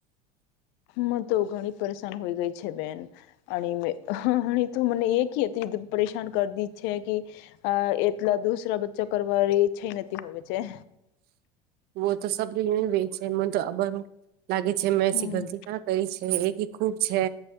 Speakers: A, on the left (about 60°); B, on the right (about 50°).
A: હ તો ઘણી પરેશાન હોય ગઈ છે બેન. અને તું મને એક એત પરેશાન કરદી ઈચ્છ કે અ એટલા દુસરા બચ્ચો કરવાની ઈચ્છ નથી હોવે છે.
B: વ તો સ ર વ <unintelligible> એ મને તો આબર લાગે છે મેછી
A: હમ
B: ગલતી ક્યા કરી છે એથી ખુબ છે.